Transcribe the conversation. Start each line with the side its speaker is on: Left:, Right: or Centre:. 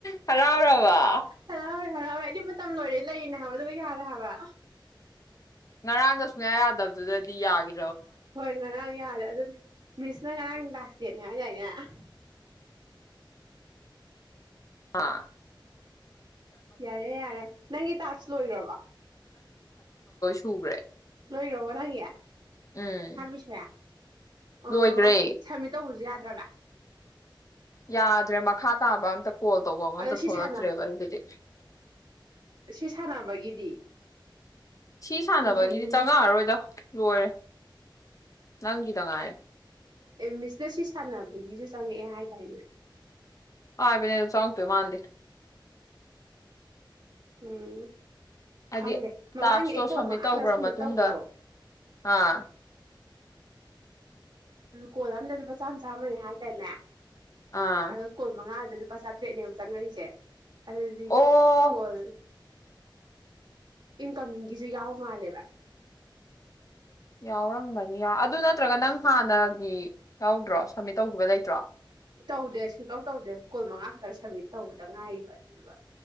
Left: ꯍꯔꯥꯎ ꯔꯕ
Right: ꯍꯔꯥꯎꯔꯦ ꯍꯔꯥꯎꯔꯦ ꯑꯩꯗꯤ ꯃꯇꯝ ꯂꯣꯏꯔꯦ ꯂꯩꯅꯦ ꯍꯥꯏꯕꯗꯨꯕꯨ ꯌꯥꯔꯦ ꯍꯥꯏꯕ
Left: ꯉꯔꯥꯡꯒ ꯁꯨꯡꯌꯥ ꯌꯥꯗꯕꯗꯨꯗꯗꯤ ꯌꯥꯒꯦ
Right: ꯍꯣꯏ ꯉꯔꯥꯡ ꯌꯥꯔꯦ ꯑꯗꯨꯗꯤ ꯃꯤꯁꯅꯉꯅꯪ ꯂꯥꯁ ꯌꯦꯅꯉ ꯀꯅ
Left: ꯑꯥ
Right: ꯌꯥꯔꯦ ꯌꯥꯔꯦ ꯅꯪꯒꯤ ꯇꯥꯛꯁ ꯂꯣꯏꯈ꯭ꯔꯕ
Left: ꯁꯨꯋꯦ
Right: ꯂꯣꯏꯈ꯭ꯔꯕꯣ ꯅꯪꯒꯤ
Left: ꯎꯝ
Right: ꯍꯥꯏꯕꯤꯁꯦ ꯑꯣ
Left: ꯂꯣꯏꯈ꯭ꯔꯦ
Right: ꯁꯕꯃꯤꯠ ꯇꯧꯕꯁꯨ ꯌꯥꯗ <unintelligible>
Left: ꯌꯥꯗ꯭ꯔꯦ ꯃ ꯈꯥ ꯇꯥꯕ ꯀꯣꯜ ꯇꯧꯕ ꯑꯃ
Right: ꯑꯗꯣ
Left: ꯑꯝꯇ
Right: ꯁꯤ
Left: ꯊꯣꯛꯂꯛꯇ꯭ꯔꯦꯕ
Right: ꯁꯥꯟꯅ
Left: ꯑꯩꯒꯤꯗꯤ
Right: ꯁꯤ ꯁꯥꯟꯅꯕꯒꯤꯗꯤ
Left: ꯁꯤ ꯁꯥꯟꯅꯕꯒꯤꯗꯤ
Right: ꯏꯟꯀꯃꯤꯡꯒꯤ
Left: ꯆꯉꯛꯑꯔꯣꯏꯗꯣ ꯂꯣꯏꯔꯦ ꯅꯪꯒꯤꯈꯤꯇ ꯉꯥꯏ
Right: ꯃꯤꯁꯅ ꯁꯤ ꯁꯥꯟꯅꯕꯒꯤꯁꯨ ꯆꯪꯉꯛꯑꯦ ꯍꯥꯏꯗꯥꯏꯅꯦ
Left: ꯑꯕꯅꯦ ꯆꯣꯡꯒ ꯇ ꯃꯥꯥꯟꯗ
Right: ꯎꯝ
Left: ꯍꯥꯏꯗꯤ
Right: ꯈꯪꯗꯦ ꯃꯃꯥꯡꯒꯤ
Left: ꯇꯥꯛꯁꯇꯣ
Right: ꯑꯩ ꯀꯣꯜ
Left: ꯁꯞꯃꯤꯠ
Right: ꯃꯉꯥ
Left: ꯇꯧꯈ꯭ꯔ
Right: ꯈꯛꯇ ꯁꯝꯃꯤꯠ
Left: ꯃꯇꯨꯡꯗ
Right: ꯇꯧꯕꯗꯣ
Left: ꯑꯥ
Right: ꯀꯣꯜ ꯑꯝꯗ ꯂꯨꯄꯥ ꯆ ꯆꯥ ꯆꯥꯝꯃꯅꯤ ꯍꯥꯏꯇꯥꯔꯦꯅꯦ
Left: ꯑꯥ
Right: ꯑꯗ ꯀꯜꯃꯉꯥꯡ ꯑꯗꯨ ꯂꯨꯄꯥ ꯆꯥꯇ꯭ꯔꯦꯠꯅꯦ ꯑꯃ ꯆꯪꯉꯛꯏꯁꯦ ꯑꯗꯨꯗꯤ
Left: ꯑꯣ
Right: ꯀꯣꯜ ꯏꯟꯀꯃꯤꯡꯒꯤꯁꯨ ꯌꯥꯎ ꯃꯥꯜꯂꯦꯕ
Left: ꯌꯥꯎꯔꯝꯕꯅꯤ ꯑꯗꯨ ꯅꯠꯇ꯭ꯔꯒ ꯅꯪ ꯍꯥꯟꯅꯒꯤ ꯌꯥꯎꯗ꯭ꯔꯣ ꯁꯕꯃꯤꯠ ꯇꯧꯈꯤꯕ ꯂꯩꯇ꯭ꯔꯣ
Right: ꯇꯧꯗꯦ ꯁꯨꯡꯇꯧ ꯇꯧꯗꯦ ꯀꯣꯜ ꯃꯉꯥ ꯈꯛꯇꯪ ꯁꯔꯃꯤꯠ ꯇꯧꯕꯗ ꯉꯥꯏꯕ ꯑꯗꯨꯗꯨꯒ